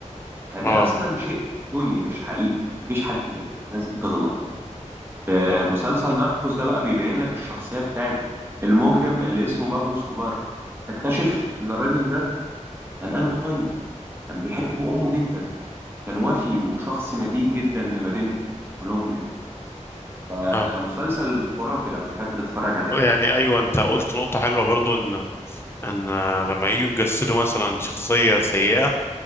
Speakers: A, on the right; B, on the left.
A: فده
B: اه
A: اصلا شيء كرتوني مش حقيقي مفيش حد كده الناس بتغلط يعني في
B: اه
A: مسلسل ناركوس ده بقى بيبين لك الشخصية بتاعت المجرم اللي اسمه بابلو سكوبار تكتشف ان الراجل ده كان قلبه طيب كان بيحب امه جدا كان وفي وشخص مدين جدا لمدينته في كولومبيا فمسلسل
B: اه
A: خرافي لو تحب تتفرج عليه
B: يعني ايوه انت قلت نقطه حلوه برضو ان ان آه، لما يجوا يجسدوا مثلا شخصيه سيئه